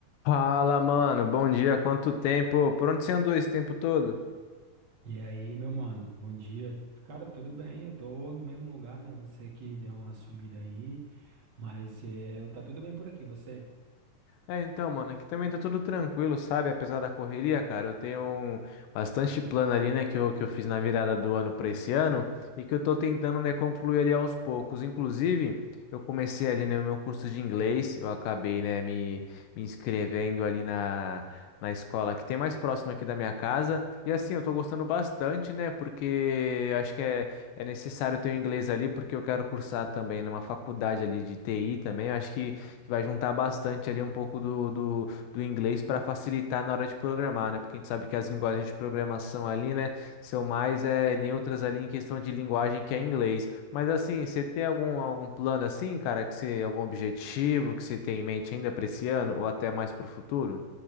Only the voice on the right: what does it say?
E aí, meu mano, bom dia. Cara, tudo bem? Eu tô no mesmo lugar, né? Você que deu uma sumida aí, mas é, tá tudo bem por aqui, você?